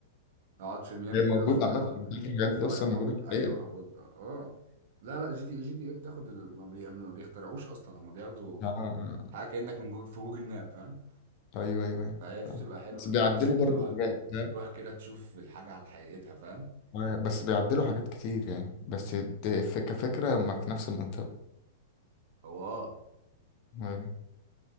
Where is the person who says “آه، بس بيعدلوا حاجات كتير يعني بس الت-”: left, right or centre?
Left